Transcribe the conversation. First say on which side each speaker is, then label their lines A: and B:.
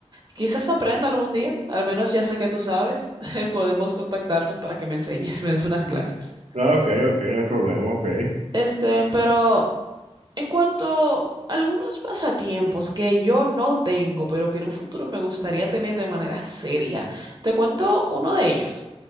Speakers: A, on the right (about 40°); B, on the right (about 70°).
A: quizás aprenda algún día. Al menos ya sé que tú sabes. <laughs> Podemos contactarnos para que me enseñes, me des unas
B: Mm.
A: clases.
B: Ok, ok, no hay problema, ok.
A: Este, pero en cuanto a algunos pasatiempos que yo no tengo, pero que en un futuro me gustaría tener de manera seria, te cuento uno de ellos.